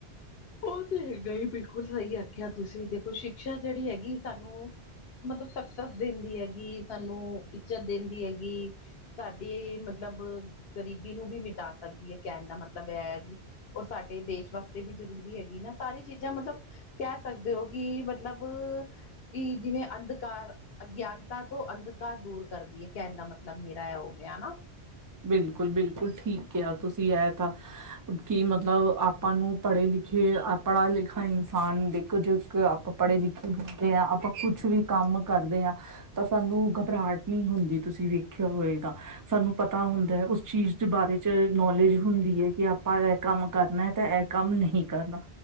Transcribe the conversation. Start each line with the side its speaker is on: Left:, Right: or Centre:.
Left: ਉਹ ਤੇ ਹੈਗਾ ਹੀ ਬਿਲਕੁਲ ਸਹੀ ਆਖਿਆ ਤੁਸੀਂ ਦੇਖੋ ਸ਼ਿਕਸ਼ਾ ਜਿਹੜੀ ਹੈਗੀ ਸਾਨੂੰ ਮਤਲਬ ਸਕਸੈਸ ਦਿੰਦੀ ਹੈਗੀ ਸਾਨੂੰ ਇੱਜਤ ਦਿੰਦੀ ਹੈਗੀ। ਸਾਡੀੇ ਮਤਲਬ ਗਰੀਬੀ ਨੂੰ ਵੀ ਮਿਟਾ ਸਕਦੀ ਹੈ ਕਹਿਣ ਦਾ ਮਤਲਬ ਇਹ ਹੈਗੀ ਰ ਸਾਡੇ ਦੇਸ਼ ਵਾਸਤੇ ਵੀ ਜ਼ਰੂਰੀ ਏ। ਵੀ ਹੈਗੀ ਨਾ ਸਾਰੀ ਚੀਜ਼ਾਂ ਮਤਲਬ ਕਹਿ ਸਕਦੇ ਹੋ ਕਿ ਮਤਲਬ ਕਿ ਜਿਵੇਂ ਅੰਧਕਾਰ ਅਗਿਆਨਤਾ ਤੋਂ ਅੰਧਕਾਰ ਦੂਰ ਕਰਦੀ ਹੈ ਕਹਿਣ ਦਾ ਮਤਲਬ ਮੇਰਾ ਹੋ ਗਿਆ ਹਨਾ।
Right: ਬਿਲਕੁਲ ਬਿਲਕੁਲ ਠੀਕ ਕਿਹਾ ਤੁਸੀਂ ਐ ਤਾ। ਕਿ ਮਤਲਬ ਆਪਾਂ ਨੂੰ ਪੜ੍ਹੇ ਲਿਖੇ ਪੜ੍ਹਾ ਲਿਖਾ ਇਨਸਾਨ ਦੇ ਜ ਇੱਕ, ਆਪਾਂ ਪੜ੍ਹੇ ਲਿਖੇ ਹੁੰਦੇ ਹਾਂ ਆਪਾਂ ਕੁਛ ਵੀ ਕੰਮ ਕਰਦੇ ਹਾਂ ਤਾਂ ਸਾਨੂੰ ਘਬਰਾਹਟ ਨਹੀਂ ਹੁੰਦੀ ਤੁਸੀਂ ਵੇਖਿਆ ਹੋਏਗਾ ਸਾਨੂੰ ਪਤਾ ਹੁੰਦਾ ਹੈ ਉਸ ਚੀਜ਼ ਦੇ ਬਾਰੇ ਚ ਨੌਲੇਜ ਹੁੰਦੀ ਹੈ ਕਿ ਆਪਾਂ ਇਹ ਕੰਮ ਕਰਨਾ ਤੇ ਇਹ ਕੰਮ ਨਹੀਂ ਕਰਨਾ।